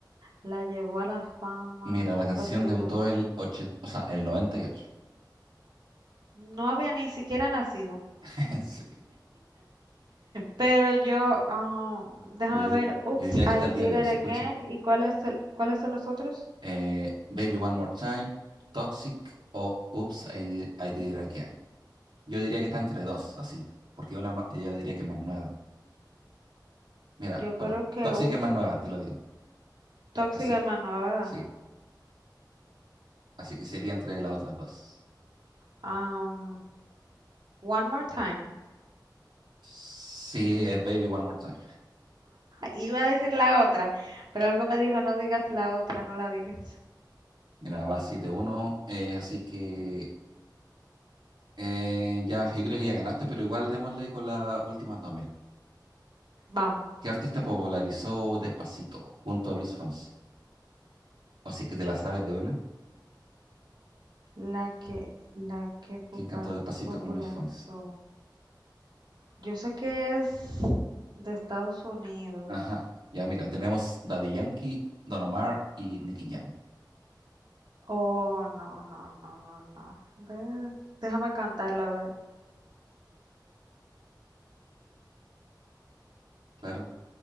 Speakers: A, on the right (about 70°); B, on the right (about 80°).
A: la llevó a la fama
B: Mira,
A: o
B: la canción
A: fue el primero.
B: debutó el, ochen- o sea, el 98.
A: No había ni siquiera nacido,
B: <laughs> En serio.
A: pero yo, ah, déjame
B: Yo, di-
A: ver, Oops,
B: yo diría que
A: I
B: hasta el día
A: Did
B: de hoy
A: It
B: se
A: Again,
B: escucha.
A: ¿y cuál es el, cuáles son los otros?
B: eh, Baby One More Time, Toxic o Oops, I Did, I Did It Again. Yo diría que está entre dos, así, porque una ma- yo diría que es más nueva. Mira,
A: Yo creo
B: por ej-
A: que
B: Toxic
A: Oops,
B: es más nueva, te lo digo.
A: Toxic
B: Así,
A: Hermano,
B: que-
A: ¿verdad?
B: sí, así que sería entre las otras dos.
A: Um, One More Time.
B: Sí, es Baby One More Time.
A: Iba a decir la otra, pero algo me dijo, no digas la otra, no la digas.
B: Mira, va 7-1, eh, así que eh, ya, yo creo que ya ganaste, pero igual démosle con las últimas dos, mira.
A: Vamos,
B: ¿Qué artista popularizó Despacito junto a Luis Fonsi? O si es que te la sabes de una,
A: la que, la que popal-
B: ¿quién cantó Despacito
A: popularizó.
B: con Luis Fonsi?
A: Yo sé que es de Estados Unidos.
B: Ajá. Ya, mira, tenemos Daddy Yankee, Don Omar y Nicky Jam.
A: Oh, no, no, no, no, no. De- déjame cantarla, a ver.
B: Claro.